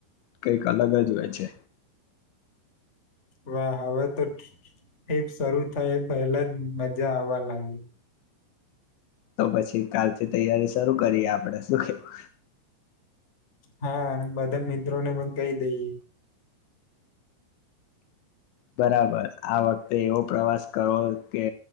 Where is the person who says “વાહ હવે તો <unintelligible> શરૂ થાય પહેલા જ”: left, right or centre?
Left